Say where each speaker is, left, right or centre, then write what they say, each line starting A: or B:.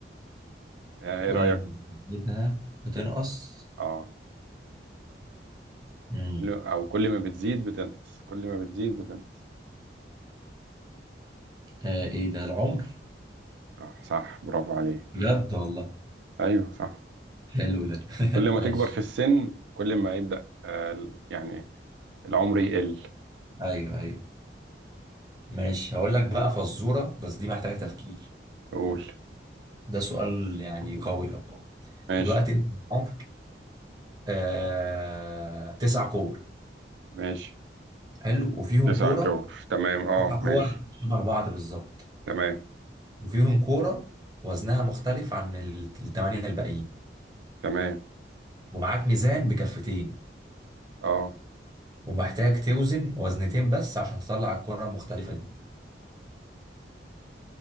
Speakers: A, on the right; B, on the right.
A: يعني
B: كل
A: إيه رأيك؟
B: ما بتاخدها بتنقص
A: أه
B: مم.
A: كل او كل ما بتزيد بتنقص كل ما بتزيد بتنقص
B: آه إيه ده العمر؟
A: صح صح برافو عليه
B: بجد والله
A: ايوه صح
B: حلو ده <laughs>
A: كل ما
B: ماشي
A: تكبر في السن كل ما يبدأ آه، ال- يعني العمر يقل
B: أيوه أيوه ماشي هقول لك بقى فزورة بس دي محتاجة تفكير
A: قول
B: ده سؤال يعني قوي أوي
A: ماشي
B: دلوقتي انت معاك آه تسع كور
A: ماشي
B: حلو وفيهم
A: تسعة
B: كوره
A: كور تمام اه
B: تسع كور
A: ماشي
B: شبه بعض بالظبط
A: تمام
B: وفيهم كوره وزنها مختلف عن ال- الثمانيه الباقيين
A: تمام
B: ومعاك ميزان بكفتين
A: اه
B: ومحتاج توزن وزنتين بس عشان تطلع الكوره المختلفه دي